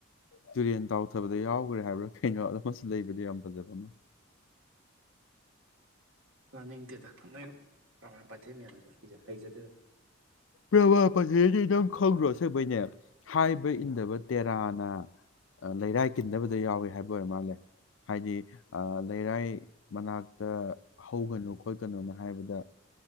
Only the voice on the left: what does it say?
ꯇꯨꯔꯦꯟ ꯇꯥꯎꯊꯕꯗ ꯌꯥꯎꯈ꯭ꯔꯦ ꯍꯥꯏꯕ꯭ꯔꯥ ꯀꯩꯅꯣꯗ ꯑꯃꯁꯨ ꯂꯩꯕꯅꯤ ꯌꯥꯝ ꯐꯖꯕ ꯑꯃ
ꯄ꯭ꯔꯃꯥꯟ ꯄꯥꯟꯊꯩ ꯍꯥꯏꯁꯤ ꯅꯪ ꯈꯪꯗ꯭ꯔꯣ ꯑꯁꯦꯡꯕꯩꯅꯦ ꯍꯥꯏꯕ ꯏꯟꯗꯕ ꯇꯦꯔꯥꯅ ꯂꯩꯔꯥꯏ ꯀꯤꯟꯗꯕꯗ ꯌꯥꯎꯏꯤ ꯍꯥꯏꯕ ꯑꯣꯏꯔ ꯃꯥꯜꯂꯦ ꯍꯥꯏꯗꯤ ꯂꯩꯔꯥꯏ ꯃꯅꯥꯛꯇ ꯍꯧꯒꯅꯨ ꯈꯣꯠꯀꯅꯣꯅ ꯍꯥꯏꯕꯗ